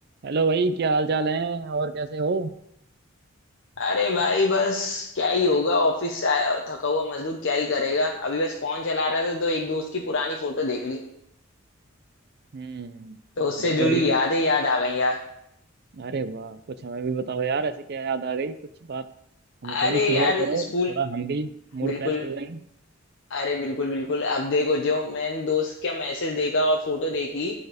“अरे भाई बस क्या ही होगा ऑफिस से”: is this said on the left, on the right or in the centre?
Left